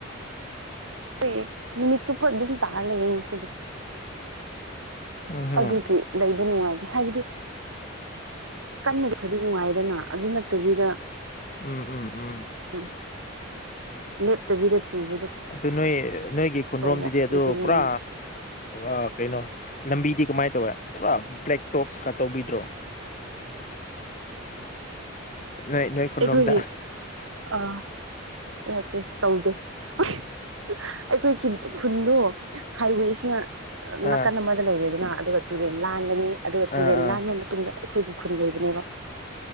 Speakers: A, on the right; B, on the left.
A: ꯍꯣꯏ ꯅꯨꯃꯤꯠ ꯆꯨꯞꯄ ꯑꯗꯨꯝ ꯇꯥꯔ ꯂꯩꯌꯦ ꯉꯁꯤꯗꯣ
B: ꯎꯝ ꯍꯝ
A: ꯑꯗꯨꯒꯤ ꯂꯩꯕ ꯅꯨꯡꯉꯥꯏꯇꯦ ꯍꯥꯏꯕꯗꯤ ꯀꯟ ꯈꯔꯗꯤ ꯅꯨꯡꯉꯥꯏꯗꯅ ꯑꯗꯨ ꯅꯠꯇꯕꯤꯗ
B: ꯎꯝ ꯎꯝ ꯎꯝ
A: ꯎꯝ ꯂꯦꯞꯇꯕꯤꯗ ꯆꯨꯕꯗꯣ
B: ꯑꯗꯨ ꯅꯣꯏ ꯅꯣꯏꯒꯤ ꯈꯨꯟꯗꯔꯣꯝꯗꯨꯗꯤ
A: ꯇꯧꯕ ꯑꯗꯨꯒꯤ
B: ꯑꯗꯨ
A: ꯅꯨꯡꯉꯥꯏꯇꯦ
B: ꯄꯨꯔꯥ ꯑ ꯀꯩꯅꯣ ꯂꯝꯕꯤꯗꯤ ꯀꯃꯥꯏ ꯇꯧꯋꯦ ꯄꯨꯔꯥ ꯕ꯭ꯂꯦꯛ ꯇꯣꯞꯀ ꯇꯧꯕꯤꯗ꯭ꯔꯣ ꯅꯣꯏ ꯅꯣꯏ ꯈꯨꯟꯂꫭꯝꯗ
A: ꯑꯩꯈꯣꯏꯒꯤ ꯑ ꯅꯠꯇꯦ ꯇꯧꯗꯦ ꯑꯊꯤ ꯑꯩꯈꯣꯏꯒꯤ ꯈꯨꯟꯗꯣ ꯍꯥꯏꯋꯦꯁꯤꯅ ꯅꯥꯀꯟ
B: ꯑꯥ
A: ꯂꯣꯏꯔꯦꯗꯅ ꯑꯗꯨꯒ ꯇꯨꯔꯦꯟ ꯂꯥꯟꯕꯅꯤ ꯑꯗꯨꯒ ꯇꯨꯔꯦꯟ
B: ꯑꯥ ꯑꯥ
A: ꯂꯥꯟꯕ ꯃꯇꯨꯡꯗ ꯑꯩꯈꯣꯏꯒꯤ ꯈꯨꯟ ꯂꯩꯕꯅꯦꯕ